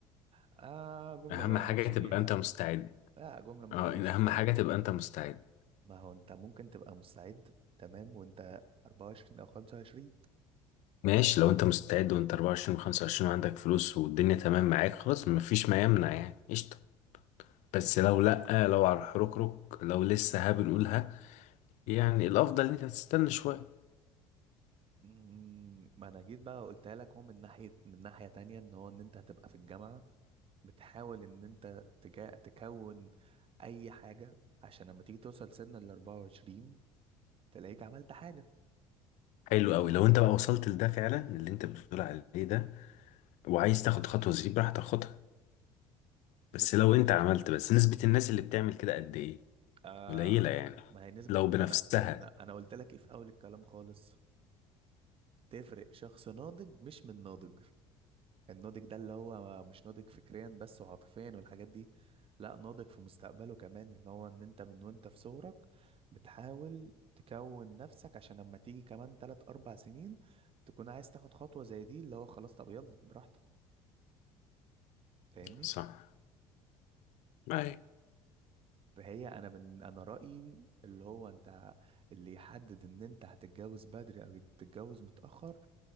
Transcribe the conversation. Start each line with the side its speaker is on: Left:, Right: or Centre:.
Right: آه جملة
Left: اهم
Right: ما
Left: حاجة
Right: بأمنش
Left: تبقى
Right: بيها
Left: انت مستعد
Right: لا جملة ما
Left: اه
Right: بأمنش
Left: اهم
Right: بيها
Left: حاجة
Right: لو
Left: تبقى انت مستعد
Right: ما هو أنت ممكن تبقى مستعد تمام وأنت 24 أو 25
Left: ماشي لو انت مستعد وانت 24 و 25 وعندك فلوس والدنيا تمام معاك خلاص مفيش ما يمنع يعني قشطة بس لو لأ لو على الحركرك لو لسه ها بنقولها يعني الأفضل إن أنت تستنى شوية
Right: أمم، ما أنا جيت بقى قلتها لك هو من ناحية من ناحية تانية إن هو إن أنت هتبقى في الجامعة بتحاول إن أنت تجا... تكون أي حاجة عشان لما تيجي توصل سن ال 24 تلاقيك عملت حاجة
Left: حلو قوي لو أنت بقى وصلت لده فعلا اللي أنت بتقول عليه ده وعايز تاخد خطوة زي دي براحتك خدها بس
Right: بالظبط
Left: لو أنت عملت بس نسبة الناس اللي بتعمل كده قد إيه؟
Right: آه
Left: قليلة يعني
Right: ما هي نسبة
Left: لو
Right: ما
Left: بنفسها
Right: أنا ما أنا أنا قلت لك إيه في أول الكلام خالص تفرق شخص ناضج مش من ناضج الناضج ده اللي هو مش ناضج فكريا بس وعاطفيا والحاجات دي لا ناضج في مستقبله كمان اللي هو ان انت من وانت في صغرك بتحاول تكون نفسك عشان لما تيجي كمان تلات اربع سنين تكون عايز تاخد خطوة زي دي اللي هو خلاص طب يلا براحتك فاهمني
Left: صح اي
Right: فهي انا من انا رأيي اللي هو انت اللي يحدد ان انت هتتجوز بدري او تتجوز متأخر